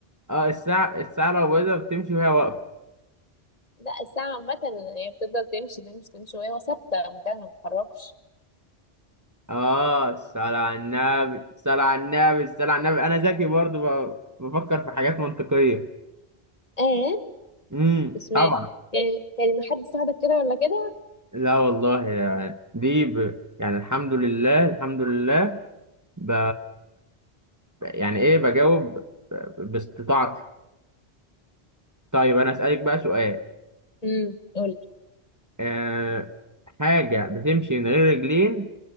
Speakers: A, on the right; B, on the left.
A: اه الساعه الساعه لو بايظه بتمشي وهي واقفه
B: لا الساعة عامة هي بتفضل تمشي تمشي تمشي وهي ثابتة مكانها ما بتتحركش
A: اه الصلاة على النبي الصلاة على النبي الصلاة على النبي انا ذكي برضو ب- بفكر في حاجات منطقيه
B: اه
A: امم
B: مش ما
A: طبعا
B: يعني يعني ما حد ساعدك كده ولا كده
A: لا والله يعني دي ب... يعني الحمد لله الحمد لله ب... يعني ايه بجاوب ب- باستطاعتي طيب انا اسالك بقى سؤال
B: امم قول
A: أه... حاجه بتمشي من غير رجلين